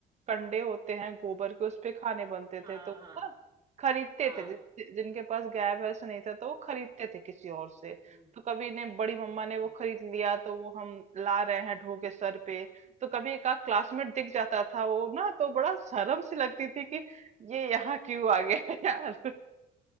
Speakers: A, on the right (about 40°); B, on the right (about 25°).
A: कंडे होते हैं गोबर के उस पे खाने बनते
B: हाँ
A: थे तो
B: हाँ
A: ना खरीदते
B: हाँ
A: थे जिस- जिनके पास गाय भैंस नहीं था तो वो खरीदते थे किसी और से
B: हम्म,
A: तो कभी ने बड़ी मम्मा ने वो
B: हम्म,
A: खरीद लिया तो वो हम ला रहे हैं ढो के सर पे तो कभी एक आध क्लासमेट दिख जाता था वो ना तो बड़ा शर्म सी लगती थी कि ये यहाँ क्यों आ गया <laughs> यार